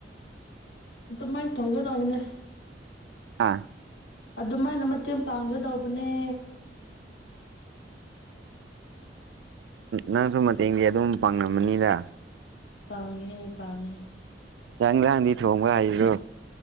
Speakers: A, on the left; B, on the right.
A: ꯑꯗꯨꯃꯥꯏꯅ ꯇꯧꯒꯗꯧꯕꯅꯦ
B: ꯍꯥ
A: ꯑꯗꯨꯃꯥꯏꯅ ꯃꯇꯦꯡ ꯄꯥꯡꯒꯗꯧꯕꯅꯦ
B: ꯅꯪꯁꯨ ꯃꯇꯦꯡꯗꯤ ꯑꯗꯨꯝ ꯄꯥꯡꯉꯃꯅꯤꯗ
A: ꯄꯥꯡꯉꯦ ꯄꯥꯡꯉꯦ
B: ꯌꯥꯪ ꯂꯥꯡꯗꯤ ꯊꯣꯡꯕ ꯍꯥꯏꯔꯣ